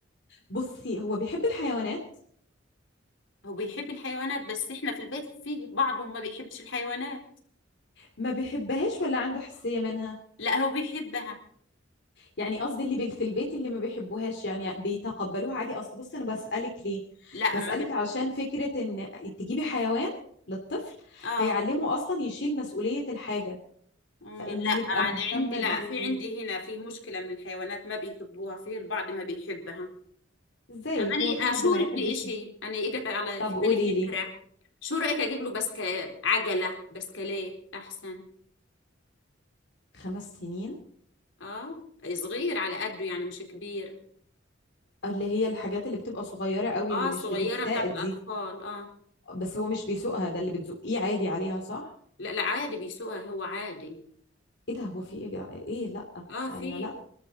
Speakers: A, on the left (about 65°); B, on the left (about 75°).
A: بصي هو بيحب الحيوانات
B: هو بيحب الحيوانات بس احنا في البيت فيه بعضهم ما بيحبش الحيوانات
A: ما بيحبهاش ولا عنده حساسية منها
B: لا هو بيحبها
A: يعني قصدي اللي بال- في البيت اللي ما بيحبوهاش يعني بيتقبلوها عادي أصل بصي أنا بسألك ليه
B: لا
A: بسألك
B: ما بت...
A: عشان فكرة إن تجيبي حيوان للطفل
B: اه
A: هيعلمه أصلا يشيل مسؤولية الحاجة
B: مم،
A: فإن
B: لا
A: يبقى
B: انا
A: مهتم
B: عندي لا
A: بال
B: في عندي هنا في مشكلة من الحيوانات ما بيحبوها في البعض ما بيحبها
A: إزاي
B: أنا
A: هو في حد
B: أشورك
A: ما يحبش
B: بإشي أنا إجت على
A: طب
B: في
A: قولي
B: بالي فكرة
A: لي
B: شو رأيك أجيب له بسك عجلة بسكليت أحسن
A: خمس سنين
B: آه صغير على قده يعني مش كبير
A: اللي هي الحاجات اللي بتبقى صغيرة قوي
B: آه
A: اللي مش
B: صغيرة
A: بتتساقط
B: بتاعت الأطفال
A: دي
B: آه
A: بس هو مش بيسوقها ده اللي بتزقيه عادي عليها صح
B: لا لا عادي بيسوقها هو عادي
A: ايه ده هو في ايه يا جدع ايه لا
B: اه في
A: انا لا